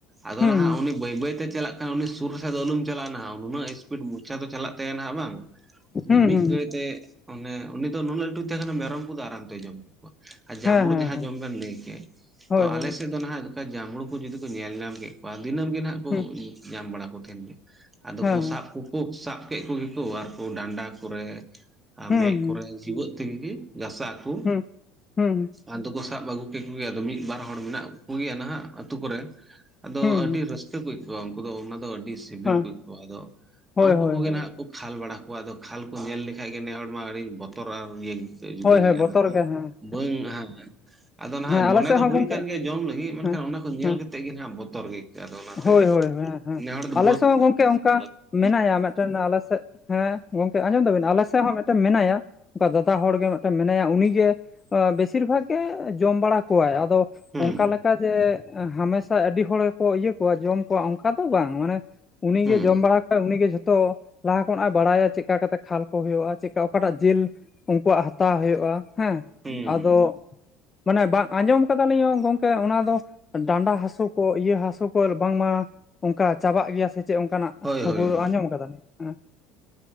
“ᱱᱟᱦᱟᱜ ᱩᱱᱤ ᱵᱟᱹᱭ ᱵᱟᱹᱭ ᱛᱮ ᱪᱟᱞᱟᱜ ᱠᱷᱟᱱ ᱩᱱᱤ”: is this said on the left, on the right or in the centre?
Right